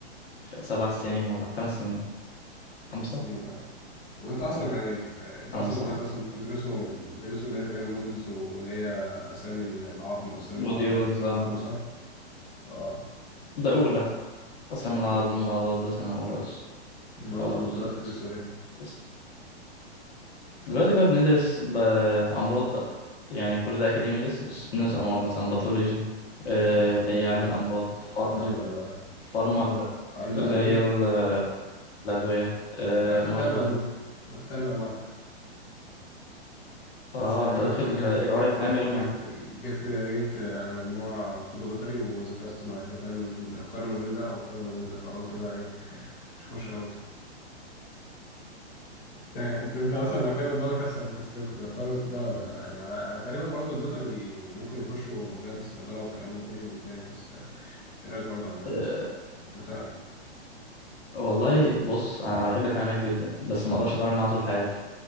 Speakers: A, on the left (about 65°); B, on the left (about 30°).
A: سبع سنين ولا خمس سنين
B: خمس
A: خمسة
B: سنين أه طب انت اصلا
A: ايوه
B: يعني آه، انت
A: خمسة
B: اصلا دلوقتي
A: اه.
B: اصلا بتدرسوا بتدرسوا اللي هي تقريبا مودلز واللي هي اسامي العظم واسامي
A: موديولز
B: العضلات والكلام
A: اه
B: ده كله صح؟ اه
A: ده أولى قسم العظم
B: ده اول
A: والعضلات ده سنة أولى بس
B: امال
A: اه بالظبط
B: دلوقتي بتدرسوا ايه؟
A: بس دلوقتي بقى بندرس بأمراض بقى يعني كل ده أكاديمي لسه بس بندرس أمراض مثلا باثولوجي آه
B: باثولوجي
A: اللي هي علم
B: يعني
A: الأمراض فارما
B: ايوه ايوه عارف
A: فارما ال-
B: علم
A: اللي
B: الادويه
A: هي ال- الأدوية آه
B: انا كنت
A: مايكرو
B: علم علوم انا كنت علم علوم على فكره بس
A: اه
B: آه،
A: انت
B: جبت
A: داخل
B: جبت
A: إيه،
B: جبت
A: اي علم علوم
B: جبت
A: يعني
B: جبت جبت آه، مجموعه طب بيطري وذكاء اصطناعي فكان اقارن ما بين ده او اقارن ما بين ده فقلت بقى ايه مش هخش انا انت انت اصلا لو كان قدامك اصلا الفرصتين كنت تختار ده ولا ده يعني على- تقريبا برضو البيطري بي ممكن يخشوا مجالات الصيدله والكلام ده كله من هناك بس آه، ايه رايك برضو عامه
A: <laughs>
B: يعني تختار انهي
A: والله بص انا أنا بحب الحيوانات جدا بس ما اقدرش اتعامل معاها طول حياتي